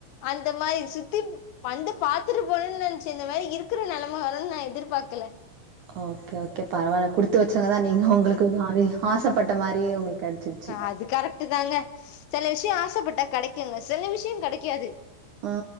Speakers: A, on the left; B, on the right.
A: அந்த மாறி சுத்திப் வந்து பாத்துட்டு போணுனு நெனைச்சே இந்த மாறி இருக்கிற நெலம வருனு நா எதிர்பாக்கல
B: ஓகே ஓகே பரவால்ல குடுத்து வச்சவங்க தா நீங்க உங்களுக்கு ஆசைப்பட்ட மாறியே உங்களுக்கு கெடைச்சிருச்சி
A: அது கரெக்ட் தாங்க செல விஷயம் ஆசைப்பட்டா கெடைக்குங்க சில விஷய கெடைக்காது
B: ஆ